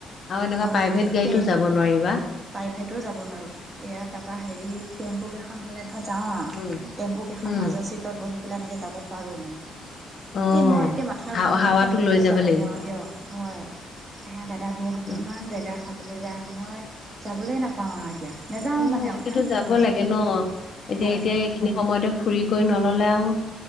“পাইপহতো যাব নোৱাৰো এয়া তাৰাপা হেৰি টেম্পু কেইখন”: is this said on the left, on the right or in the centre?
Right